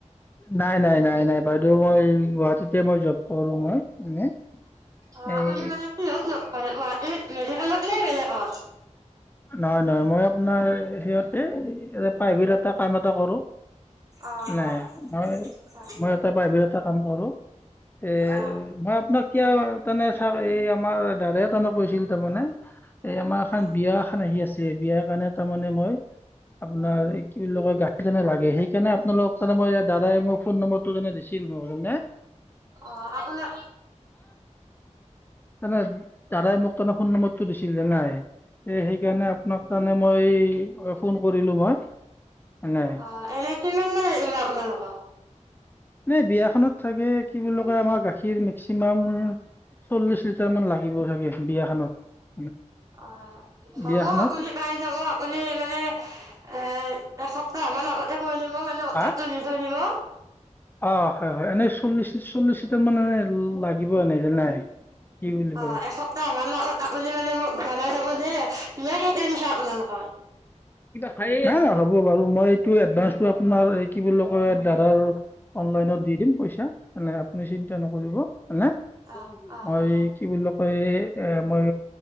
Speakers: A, on the left (about 15°); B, on the right (about 30°).
A: নাই! নাই! নাই! নাই বাইদেউ, মই, গুৱাহাটীতে মই জব কৰোঁ মই এনে।
B: অ' আপোনি
A: এই
B: মানে কিহৰ জ'ব কৰে গুৱাহাটীত? মেডিকেলত নে বেলেগত?
A: নহয়! নহয়! মই আপোনাৰ হেৰিয়াতেই প্ৰাইভেটত এটা, কাম এটা কৰোঁ।
B: অ',
A: নাই,
B: হয়
A: মই,
B: হয়
A: মই এটা প্ৰাইভেটত এটা কাম কৰোঁ। এ
B: অ',
A: মই আপোনাক এতিয়া তেনে ছাৰ, এই আমাৰ দাদা এজনে কৈছিল তাৰমানে। এই আমাৰ এখন
B: হয়
A: বিয়া আহি আছে, বিয়াৰ কাৰণে তাৰ মানে মই, আপোনাৰ এই কি বুলি কয়, গাখীৰ লাগে। সেই কাৰণে আপোনালোকৰ তাৰে মই, দাদাই মোৰ ফোন নম্বৰটো এনেকে দিছিল মোক, হয়নে?
B: অ' আপোনাক
A: তেনে দাদাই মোক তনে ফোন নম্বৰটো দিছ ছিল নাই। এ সেইকাৰণে আপোনাক মানে মই ফোন কৰিলোঁ মই। নাই
B: অ' এনে কিমান কৈ লাগিব আপোনালোকক?
A: এই বিয়াখনত চাগে কি বুলি কয়, আমাৰ গাখীৰ মেক্সিমাম চল্লিশ লিটাৰ মান লাগিব চাগে, বিয়াখনত।
B: অ হ'ব
A: বিয়াখনত
B: আপুনি পাই যাব আপুনি মানে এ, এসপ্তাহ মান আগতে কৰি নিব মানে,
A: হা
B: তাত তুলি থৈ দিব।
A: অ হয়, হয়, এনেই চল্লিশ, চল্লিশিটাৰ মানুহে লাগিব এনেই যে নাই। কি বুলি
B: অ
A: কয়
B: এসপ্তাহান আগত আপুনি মানে মোক জনাই থব যে, বিয়া কেইতাৰিখে আপোনালোকৰ?
A: হ'ব বাৰু, মই এইটো এডভান্সটো আপোনাৰ এই কি বুলি কয় ৰ অনলাইনত দি দিম পইচা। এ নাই। আপুনি চিন্তা নকৰিব, এনে।
B: অ অ
A: মই
B: হ'ব
A: কি বুলি হয়। এ মই